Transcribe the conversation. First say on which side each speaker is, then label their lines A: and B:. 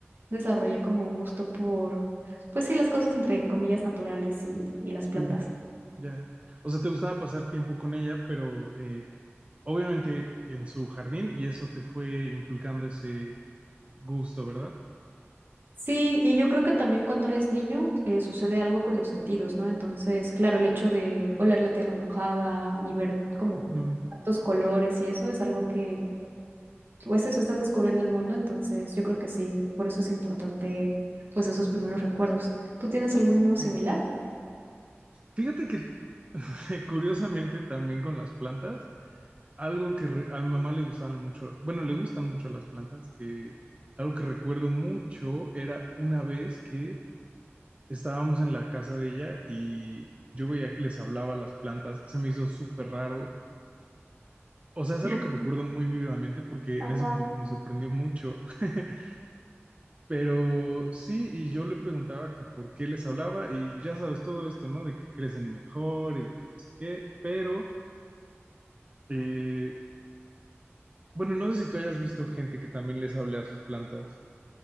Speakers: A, on the right (about 50°); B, on the right (about 30°).
A: desarrollé como un gusto por, pues sí, las cosas entre comillas naturales y, y las plantas.
B: Sí, ya. O sea, te gustaba pasar tiempo con ella, pero eh, obviamente en su jardín y eso te fue inculcando ese gusto, ¿verdad?
A: Sí, y yo creo que también cuando eres niño eh, sucede algo con los sentidos, ¿no? Entonces, claro, el hecho de oler la tierra mojada y ver como
B: Ujú.
A: tantos colores y eso es algo que, pues eso, estás descubriendo el mundo, entonces yo creo que sí, por eso es importante, pues esos primeros recuerdos. ¿Tú tienes alguno similar?
B: Y fíjate que <laughs> curiosamente también con las plantas, algo que re- a mi mamá le gustaban mucho, bueno, le gustan mucho las plantas, eh, algo que recuerdo mucho era una vez que estábamos en la casa de ella y yo veía que les hablaba a las plantas, se me hizo súper raro. O sea, es
A: <laughs>
B: algo que recuerdo muy vívidamente porque
A: Ajá.
B: en ese momento me sorprendió mucho. <laughs> Pero sí, y yo le preguntaba que por qué les hablaba y ya sabes todo esto, ¿no? De que crecen mejor y de que no sé qué, pero, eh, bueno, no sé si tú hayas visto gente que también les hable a sus plantas.